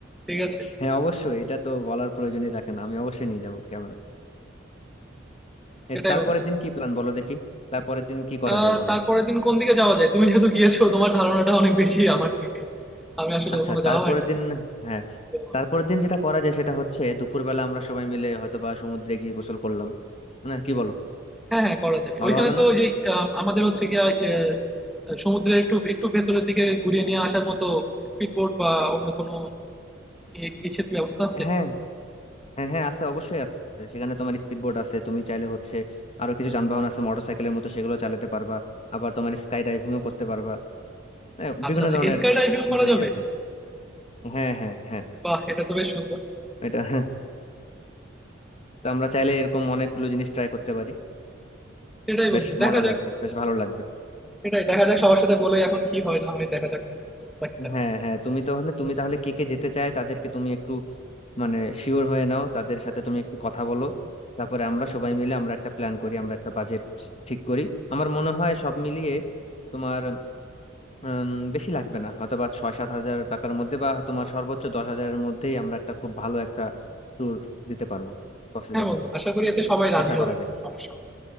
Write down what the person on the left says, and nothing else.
হ্যাঁ, অবশ্যই এটা তো বলার প্রয়োজনই রাখে না আমি অবশ্যই নিয়ে যাবো ক্যামেরা
এ, তারপরের
দিন কি প্ল্যান বলো দেখি তারপরের দিন কি করা
যায় বলো
আচ্ছা
তারপরের
দিন হ্যাঁ
তারপরের দিন যেটা করা যায় সেটা হচ্ছে দুপুরবেলা আমরা সবাই মিলে হয়তোবা সমুদ্রে গিয়ে গোসল করলাম না কি বলো
ভালো
হবে
না
হ্যাঁ হ্যাঁ হ্যাঁ আছে অবশ্যই আছে সেখানে তোমার স্পিড বোট আছে তুমি চাইলে হচ্ছে আরো কিছু যানবাহন আছে মোটরসাইকেলের মতো সেগুলো চালাতে পারবা আবার তোমার স্কাই ডাইভিংও করতে পারবা হ্যাঁ,
বিভিন্ন
ধরনের
জিনিস
আছে হ্যাঁ হ্যাঁ হ্যাঁ
এটা <laughs> তো আমরা চাইলে এরকম অনেকগুলো জিনিস ট্রাই করতে পারি
বেশ
মজা
লাগবে বেশ ভালো লাগবে
হ্যাঁ হ্যাঁ তুমি তাহলে তুমি তাহলে কে কে যেতে চায় তাদেরকে তুমি একটু মানে শিওর হয়ে নাও তাদের সাথে তুমি একটু কথা বলো তারপরে আমরা সবাই মিলে আমরা একটা প্ল্যান করি আমরা একটা বাজেট ঠিক করি আমার মনে হয় সব মিলিয়ে তোমার উম, বেশি লাগবে না হয়তো বা ছয় সাত হাজার টাকার মধ্যে বা তোমার সর্বোচ্চ দশ হাজারের মধ্যেই আমরা একটা খুব ভালো একটা ট্যুর দিতে পারবো কক্সবাজারে
আশা করা
যায়